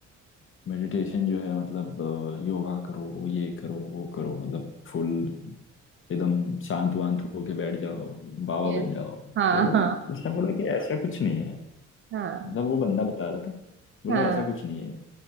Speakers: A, on the left; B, on the right.
A: मेडिटेशन जो है मतलब अ, योगा करो ये करो वो करो मतलब फुल एकदम शांत वांत होके बैठ जाओ बाबा
B: यस
A: बन जाओ
B: हाँ
A: तो
B: हाँ
A: उसने बोला कि ऐसा कुछ नहीं है
B: हाँ
A: मतलब वो बंदा बता रहा था बोला
B: हाँ
A: ऐसा कुछ नहीं है